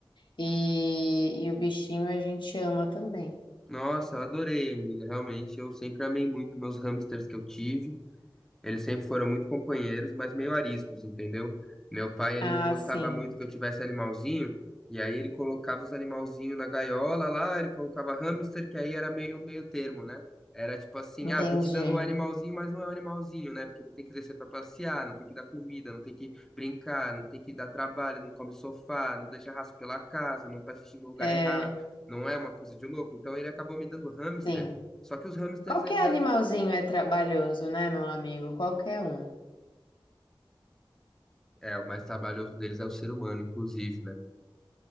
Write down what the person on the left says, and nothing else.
E, e o bichinho a gente ama também.
Ah,
sim.
Entendi.
É,
sim.
Qualquer
animalzinho é trabalhoso, né, meu amigo? Qualquer um.